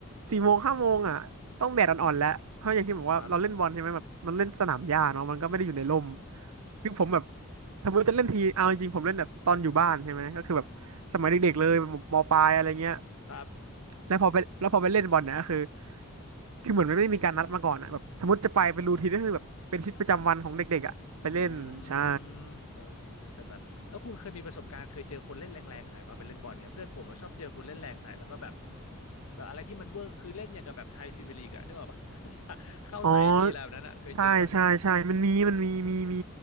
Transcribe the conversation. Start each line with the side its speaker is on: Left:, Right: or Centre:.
Right: สี่โมงห้าโมงอะต้องแดดอ่อนๆแล้วเพราะอย่างที่บอกว่าเราเล่นบอลใช่ไหมแบบมันเล่นสนามหญ้าเนาะมันก็ไม่ได้อยู่ในร่ม
Left: ครับโอ้โห
Right: คือผมแบบสมมติจะเล่นทีเอาจริงๆผมเล่นแบบตอนอยู่บ้านใช่ไหมก็คือแบบสมัยเด็กๆเลยมมปลายอะไรเงี้ย
Left: ครับ
Right: แล้วพอไปแล้วพอไปเล่นบอลเนี่ยก็คือ คือเหมือนมันไม่ได้มีการนัดมาก่อนอ่ะแบบสมมติจะไปเป็นรูทีนก็คือแบบเป็นชีวิตประจำวันของเด็กๆอ่ะไปเล่นใช่
Left: อืมเออจริงนะแต่แบบแล้วคุณเคยมีประสบการณ์เคยเจอคนเล่นแรงๆใส่ป่ะไปเล่นบอลเนี่ยเพื่อนผมอะชอบเจอคนเล่นแรงใส่แล้วก็แบบแบบอะไรที่มันเวอร์คือเล่นอย่างกับแบบไทยพรีเมียร์ลีกอะนึกออกปะ <laughs> เข้าใส่ทีแล้วนั้นอะเคยเจอป่ะ
Right: อ๋อใช่ใช่ใช่มันมีมันมีมีมี